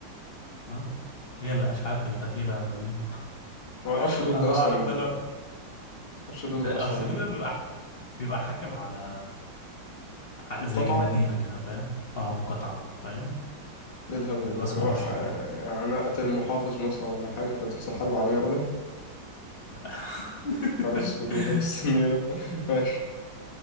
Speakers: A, on the left (about 50°); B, on the left (about 35°).
A: اه هي اللي اشعلت الفتيله ال-
B: هو الأرشيدوك
A: <laughs> الله
B: ده أصلا
A: اعلم ده
B: الأرشيدوك
A: ده
B: ده أصلا
A: ارشيدوك ده بيبقى بيبقى حاكم على ح-
B: انقطع
A: زي مدينة كده فاهم اه مقاطعة فاهم
B: ده الهبل
A: بيبقى
B: يعني,
A: اسمه
B: وقع...
A: ارشيدوك
B: يعني أنا قتل محافظ مثلا ولا حاجة فتحصل حرب عالمية أولى
A: ف- <laughs>
B: حارس هدومها بس النيلة <laughs> ماشي